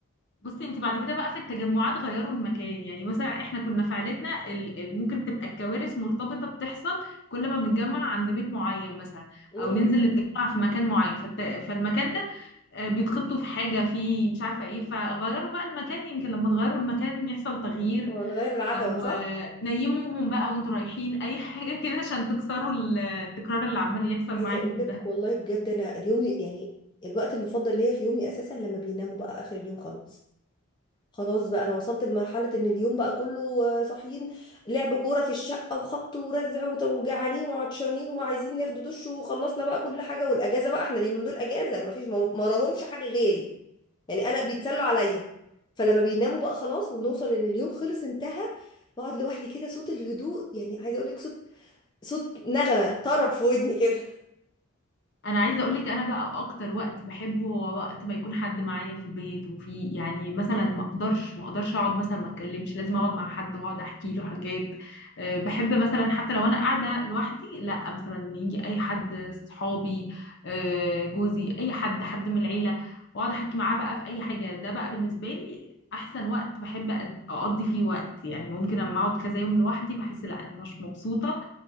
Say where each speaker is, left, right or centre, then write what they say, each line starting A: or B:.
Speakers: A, on the left (about 55°); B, on the left (about 20°).
A: بصي انت بعد كده بقى في التجمعات غيروا المكان يعني مثلا احنا كنا في عيلتنا ال- ال- ممكن تبقى الكوارث مرتبطة بتحصل كل ما بنتجمع عند بيت معين مثلا
B: امم
A: او ننزل نتجمع في مكان معين فالت... فالمكان ده آه، بيتخبطوا في حاجة في مش عارفة ايه فغيروا بقى المكان يمكن لما تغيروا المكان يحصل تغيير
B: هو نغير العتبه
A: او
B: صح
A: آه، نيموهم بقى وانتوا رايحين اي حاجة كده عشان تكسروا ال- التكرار اللي عمال يحصل
B: عايزه
A: معاكم
B: اقول لك
A: ده
B: والله بجد انا اليوم يعني الوقت المفضل ليا في يومي اساسا لما بيناموا بقى اخر اليوم خلاص خلاص بقى انا وصلت لمرحله ان اليوم بقى كله آه، صاحيين لعب كوره في الشقه وخبط ورزع وت- وجعانين وعطشانين وعايزين ناخد دش وخلصنا بقى كل حاجه والاجازه بقى احنا اليومين دول اجازه مفيش ما ما وراهمش حاجه غيري يعني انا بيتسلوا عليا فلما بيناموا بقى خلاص ونوصل ان اليوم خلص انتهى بقعد لوحدي كده صوت الهدوء يعني عايزه اقول لك صوت صوت نغمه طرب في ودني كده
A: انا عايزه اقولك انا بقى اكتر وقت بحبه هو وقت ما يكون حد معايا في البيت وفي يعني مثلا ما اقدرش ما اقدرش اقعد مثلا ما اتكلمش لازم اقعد مع حد واقعد احكي له حاجات أه، بحب مثلا حتى لو انا قاعده لوحدي لا مثلا يجي اي حد صحابي أه، جوزي اي حد حد من العيله واقعد احكي معاه بقى في اي حاجه ده بقى بالنسبه لي احسن وقت بحب أد- اقضي فيه وقت يعني ممكن اما اقعد كذا يوم لوحدي بحس لا انا مش مبسوطه